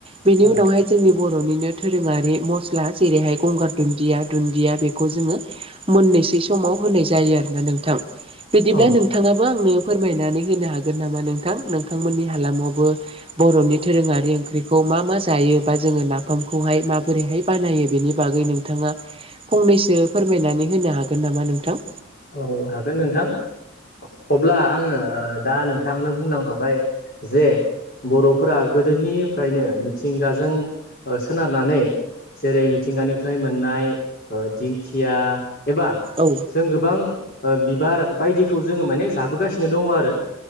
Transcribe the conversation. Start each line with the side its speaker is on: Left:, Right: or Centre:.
Right: बेनि
Left: औ
Right: उनावहाय जोंनि बर'निनो दोरोङारि मस्ला जेरैहाय गंगार दुन्दिया दुन्दिया बेखौ जोङो मोननोसै समाव होनाय जायो आरोना नोंथां बिदिब्ला
Left: औ
Right: नों नोंथाङाबो आंनो फोरमायनानै होनो हागोन नामा नोंथां नोंथांमोननि हालामावबो बर'नि दोरोङारि ओंख्रिखौ मा मा जायो बा जोङो नाफामखौहाय माबोरैहाय बानायो बेनि बागै नोंथाङा फंनैसो फोरमायनानै होनो हागोन नामा नोंथां?
Left: औ हागोन नोंथां। अब्ला आङो दा नोंथांनो बुंलांखाबाय जे बर'फोरा गोदोनिफ्रायनो मिथिंगाजों ओ सोनारनानै जेरै मिथिंगानिफ्राय मोननाय ओ दिंखिया एबा
Right: औ
Left: जों गोबां बिबार बायदिखौ जोङो माने जाबोगासिनो दङ आरो